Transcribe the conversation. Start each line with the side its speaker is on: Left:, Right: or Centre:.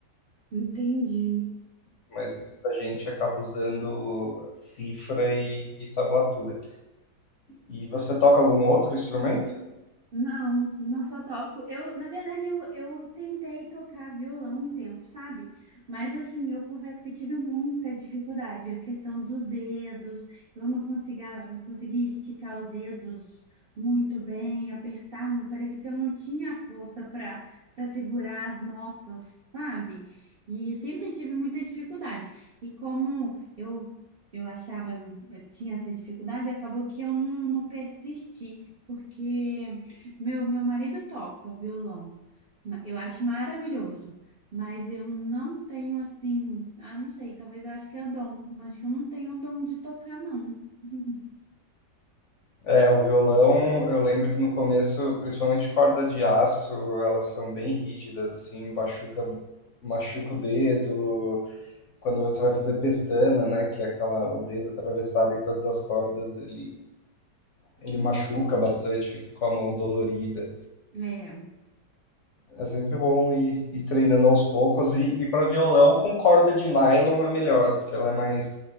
Right: entendi.
Left: mas muita gente acaba usando cifra e, e tablatura. E você toca algum outro instrumento?
Right: Não, não só toco. Eu, na verdade, eu, eu tentei tocar violão um tempo, sabe? Mas assim, eu confesso que eu tive muita dificuldade. A questão dos dedos, eu não conseguia, eu conseguia esticar os dedos muito bem, apertar. Parece que eu não tinha força para para segurar as notas, sabe? E sempre tive muita dificuldade. E como eu eu achava, eu tinha essa dificuldade, acabou que eu não, não persisti, porque meu, meu marido toca violão. Ma- Eu acho maravilhoso, mas eu não tenho assim, ah, não sei, talvez eu acho que é o dom. Eu acho que eu não tenho o dom de tocar, não. <laughs>
Left: É, o violão, eu lembro que no começo, principalmente corda de aço, elas são bem rígidas, assim, machuca, machuca o dedo. Quando você vai fazer pestana, né, que é aquela, o dedo atravessado em todas as cordas, ele, ele machuca bastante, fica com a mão dolorida.
Right: É,
Left: É sempre bom ir, ir treinando aos poucos. E, e para violão, com corda de nylon é melhor, porque ela é mais,